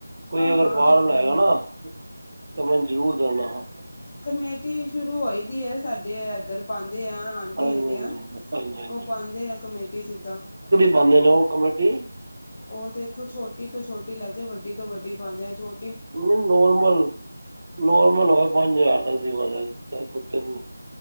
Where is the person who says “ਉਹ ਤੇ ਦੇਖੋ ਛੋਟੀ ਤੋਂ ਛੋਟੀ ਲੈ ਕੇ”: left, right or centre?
Left